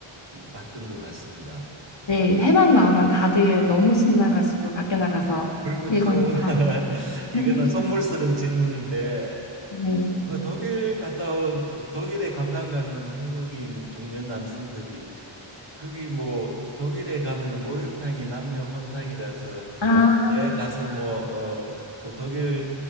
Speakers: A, on the right (about 55°); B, on the left (about 60°).
A: 음, 봤던 것 같습니다.
B: 네 해만 나오면 다들 너무 신나가지고 밖에 나가서
A: 그리고
B: 일거욕
A: 좀 <laughs>
B: 하고
A: 이거는
B: <laughs>
A: 속물스러운 질문인데
B: 네.
A: 그 독일 갔다 온 독일에 관광 가는 한국인 중년 남성들이 거기 뭐 독일에 가면은 목욕탕이 남녀 혼탕이라서
B: 아,
A: 내 가서 뭐 어 그 독일